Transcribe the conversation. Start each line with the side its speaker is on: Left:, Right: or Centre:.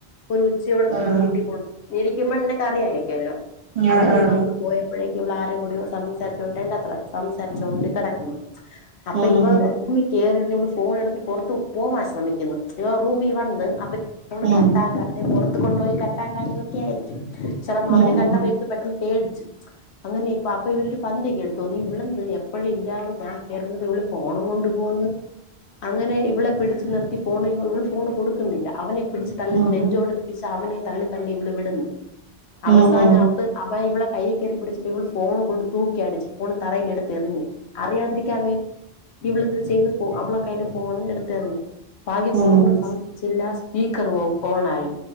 Left: ഒരു ഉച്ചയോടെ
Right: ഉം
Left: തന്നെ വീട്ടിൽ പോണം ന്നിരിക്കുമ്പോ അറിയായിക്കല്ലോ
Right: ആഹ്
Left: അങ്ങനെ
Right: ആഹ്
Left: ഇവൻ അന്ന് പോയപ്പോഴേക്ക് ഇവളാരോ സംസാരിച്ചോണ്ടേണ്ടത്ര സംസാരിച്ചോണ്ട് കിടക്കുന്നു അപ്പൊ
Right: ഉം
Left: ഇവൻ കേറിയുടനെ ഇവൾ ഫോൺ എടുത്ത് പുറത്ത് പോവാൻ ശ്രമിക്കുന്നു ഇവൻ റൂമി വന്ന് അപ്പൊ
Right: ഉം
Left: കട്ടാക്കാതെ പുറത്തു കൊണ്ടുപോയി കട്ടാക്കാ ആയിരിക്കും ചിലപ്പ
Right: ഉം
Left: അവനെ കണ്ടപ്പോ
Right: ഉം
Left: ഇവൾ പെട്ടെന്ന് പേടിച്ച് അങ്ങനെ അപ്പ ഇവനൊരു പന്തികേട് തോന്നി ഇവളിന്ന് എപ്പ ഇപ്പോയ ഇല്ലാതെ താൻ കയറി വന്നപ്പോ ഫോണും കൊണ്ട് പോവ്ന്ന് അങ്ങനെ ഇവളെ പിടിച്ചു നിർത്തി ഫോൺ ഇവള് ഫോൺ കൊടുക്കുന്നില്ല പിടിച്ച് തള്ളി
Right: ഉം ഉം
Left: നെഞ്ചോട് പിടിച്ചു അവനെ തള്ളി തള്ളി ഇവ്ള് വിടുന്നു അവസാനം
Right: ഉം ഉം ഉം
Left: അപ്പ അവന് ഇവളെ കയ്യിൽ കയറി പിടിച്ചു ഇവൾ ഫോൺ കൊണ്ട് തൂക്കി അടിച്ചു ഫോണ് തറയിലെടുത്ത് എറിഞ്ഞ് അറിയാതിരിക്കാൻ വേണ്ടി ഇവള് എന്തര് ചെയ്ത് അവള കയ്യില ഫോൺ എടുത്ത് എറിഞ്ഞ് ഭാഗ്യം ഫോണിന്
Right: ഉം
Left: ഒന്നും സംഭവിച്ചില്ല സ്പീക്കർ ഓണായി